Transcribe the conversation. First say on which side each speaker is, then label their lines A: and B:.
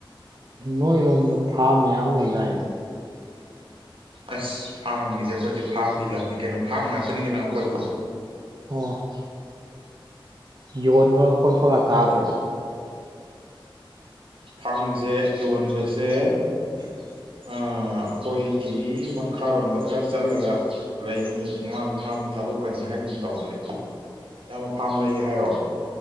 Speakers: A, on the right (about 50°); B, on the right (about 80°).
A: ꯅꯣꯏꯔꯣꯝꯗ ꯐꯥꯔꯝ ꯃꯌꯥꯝ ꯂꯩꯗꯥꯏꯅꯦ
B: ꯑꯁ ꯐꯥꯝꯒꯤꯗꯤ ꯑꯩꯈꯣꯏꯗꯤ ꯐꯥꯔꯝꯒꯤ ꯂꯝꯅꯤ ꯀꯩꯅꯣ ꯐꯥꯝ ꯉꯥꯛꯇꯅꯤ ꯀꯩꯅꯣ ꯑꯀꯣꯏꯕꯗꯣ
A: ꯑꯣ ꯌꯣꯟꯕ ꯈꯣꯠꯄꯒ ꯇꯥꯗ꯭ꯔꯣ
B: ꯐꯥꯔꯝꯁꯦ ꯌꯣꯟꯕꯁꯦ
A: <unintelligible>
B: ꯑ ꯑꯩꯈꯣꯏꯒꯤ ꯃꯈꯥꯔꯣꯝꯗ ꯈꯔ ꯆꯠꯂꯒ ꯂꯩꯅꯤ ꯃꯥꯥꯡ ꯐꯥꯝ ꯊꯥꯗꯣꯛꯀꯅꯤ ꯍꯥꯏꯒꯨꯝ ꯇꯧꯕꯅꯦ ꯏꯌꯥꯝꯕ ꯐꯥꯝ ꯂꯩꯒꯦ ꯍꯥꯏꯔꯣ